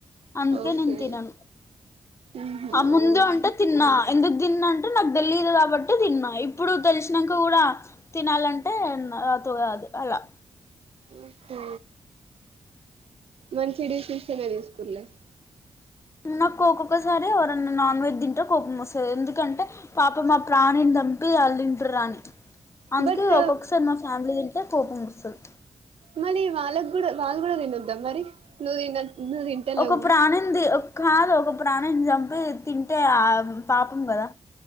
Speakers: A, on the left (about 25°); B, on the right (about 60°).
A: అందుకే
B: ఓకే
A: నేను తినను
B: ఊహూ
A: ఆ ముందు
B: అవునా
A: అంటే తిన్న ఎందుకు తిన్నా అంటే నాకు తెలియదు కాబట్టి తిన్నా ఇప్పుడు తెలిసినంక కూడా తినాలంటే నాతో కాదు అలా
B: ఓకే మంచి డెసిషన్ నే తీసుకుర్లే
A: నా కోక్కొక్కసారి ఎవరన్నా నాన్ వెజ్ తింటే కోపం వస్తుంది ఎందుకంటే పాపం మా ప్రాణిని దంపి ఆళ్ళు తింటురా అని అందుకే
B: బట్
A: ఒక్కొక్కసారి మా ఫ్యామిలీ టే ఏ కోపం వస్తది
B: మరి వాళ్ళకి కూడా వాళ్ళ కూడా తినొద్దా మరి నువ్వు తిన నువ్వు తింటలేవు
A: ఒక ప్రాణింది కాదు ఒక ప్రాణం చంపి తింటే ఆ పాపం కదా